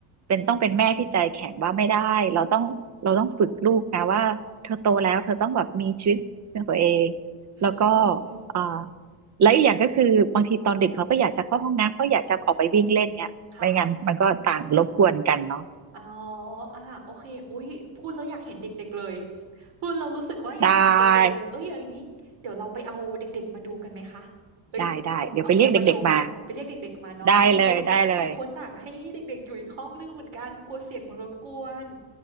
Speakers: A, on the right (about 35°); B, on the right (about 60°).
A: เป็นต้องเป็นแม่ที่ใจแข็งว่าไม่ได้เราต้องเราต้องฝึกลูกนะว่าเธอโตแล้วเธอต้องแบบมีชีวิตเป็นตัวเอง
B: อื
A: แล้วก็
B: ม
A: เอ่อและอีกอย่างก็คือบางทีตอนดึกเขาก็อยากจะเข้าห้องน้ำก็อยากจะออกไปวิ่งเล่นเงี้ยไม่งั้นมันก็ต่างรบกวนกันเนาะ
B: ค่ะ อ๋ออาโอเคอุ๊ยพูดแล้วอยากเห็นเด็กๆเลย <laughs> พูดแล้วรู้สึกว่าอยากเห็นเด็กๆ
A: ได้
B: เลยเอ้ยเอาอย่างงี้เดี๋ยวเราไปเอาเด็กๆ มาดูกันไหมคะเอ้ยเอาเอาแมวมาโชว์กันไปเรียกเด็กๆมาเนาะอันนี้เพราะว่าต่างคนต่างให้เด็กๆ
A: ได้ได้เดี๋ยวไปเรียกเด็กๆมาได้เลยได้เลย
B: อยู่อีกห้องหนึ่งเหมือนกันกลัวเสียงมันรบกวน